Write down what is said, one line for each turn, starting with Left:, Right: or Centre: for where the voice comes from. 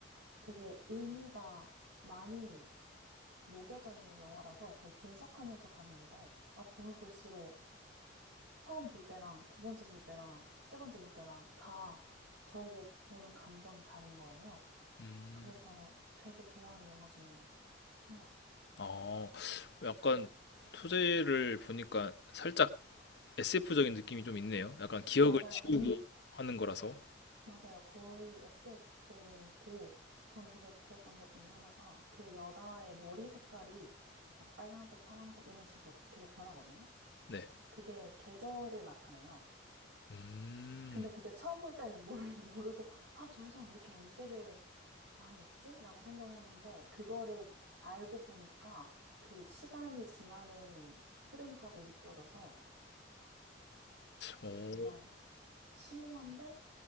Right: 되게 의미가 많이 녹여져 있는 영화라서 거의 분석하면서 봤는데 아 보면 볼수록 처음 볼 때랑 두 번째 볼 때랑 세 번째 볼 때랑 다 저에게 오는 감정이 다른 거예요.
Left: 음,
Right: 그래서 되게 좋아하는 영화 중에 하나예요.
Left: 어, 약간 소재를 보니까 살짝 SF적인 느낌이 좀 있네요. 약간 기억을
Right: 맞아요.
Left: 지우고
Right: 엄,
Left: 하는 거라서.
Right: 맞아요. 거의 SF고, 전 되게 좋았던 것 중에 하나가 그 여자의 머리 색깔이 빨간색, 파란색 이런 식으로 계속 변하거든요.
Left: 네.
Right: 그게 계절을 나타내요.
Left: 음,
Right: 근데 그게 처음 볼 때는 모르, <laughs> 모르고, 아, 저 여자는 왜 이렇게 염색을 많이 했지? 라고 생각을 했는데, 그거를 알고 보니까 그 시간이 지나는 흐름까지 느껴져서
Left: 오,
Right: 정말 심오한데